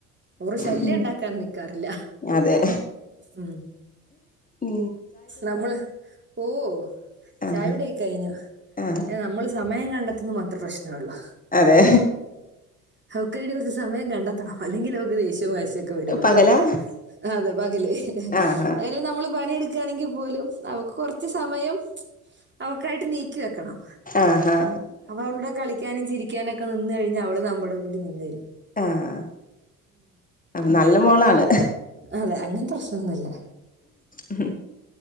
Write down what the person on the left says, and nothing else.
ഹും
അതെ
ഉ
ആഹ്
ആഹ്
അതെ
പകലാ
ആഹാ
ആഹാ ആഹ്
ആഹ് ആ നല്ല മോളാണ്
ഉം